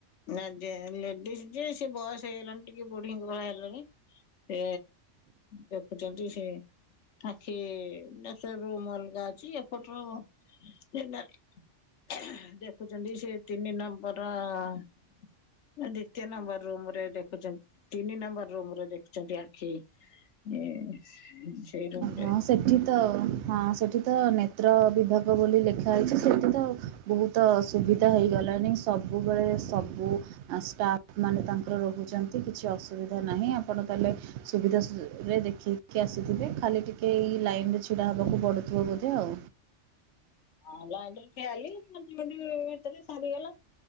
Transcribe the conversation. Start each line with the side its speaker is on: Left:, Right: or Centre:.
Left: ନା ଯେ ଲେଡ଼ିସ୍ ଯିଏ ସେ ବୟସ ହେଇଗଲାଣି ଟିକେ ବୁଢୀଙ୍କ ଭଳିଆ ହେଲେଣି। ସେ ଦେଖୁଛନ୍ତି ସେ ଆଖି ଡ଼କ୍ଟର ରୁମ ଅଲଗା। <unintelligible> ଅଛି ଏପଟରୁ ଜେନାଲ ଦେଖୁଚନ୍ତି ସେ ତିନି ନମ୍ବର ର ଦ୍ଵିତୀୟ ନମ୍ବର ରୁମ ରେ ଦେଖୁଚନ୍ତି ତିନି ନମ୍ବର ରୁମରେ ଦେଖୁଚନ୍ତି ଆଖି। <unintelligible> ରେ
Right: ହଁ ସେଠି ତ ହଁ ସେଠି ତ ନେତ୍ର ବିଭାଗ ବୋଲି ଲେଖା ହେଇଛି। ସେଇଠି ତ ବହୁତ ସୁୁବିଧା ହେଇଗଲାଣି ସବୁବେଳେ ସବୁ ଷ୍ଟାଫ ମାନେ ତାଙ୍କର ରହୁ ଛନ୍ତି କିଛି ଅସୁବିଧା ନାହିଁ ଆପଣ ତାହେଲେ ସୁବିଧାରେ ଦେଖିକି ଆସିଥିବେ। ଖାଲି ଟିକେ ଏଇ ଲାଇନ ରେ ଛିଡା ହବାକୁ ପଡୁଥିବ ବୋଧେ ଆଉ।
Left: ହଁ! ଲାଇନେ ଠିଆହେଲି। ପାଞ୍ଚ ମିନଟ ଭିତରେ ସରିଗଲା।